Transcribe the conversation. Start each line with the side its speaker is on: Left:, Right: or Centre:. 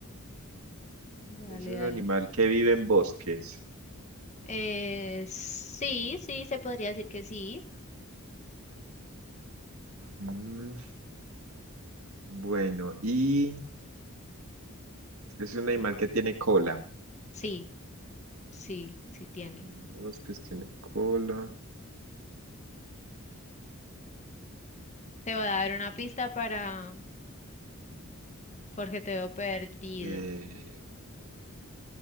Left: Dale,
Right: Es un
Left: dale.
Right: animal que vive en bosques.
Left: Eh, sí, sí, se podría decir que sí.
Right: Mm, Bueno, y es un animal que tiene cola.
Left: Sí, sí, sí tiene.
Right: Mm, Bosques tiene cola.
Left: Te voy a dar una pista para, porque te veo perdido.
Right: Eh,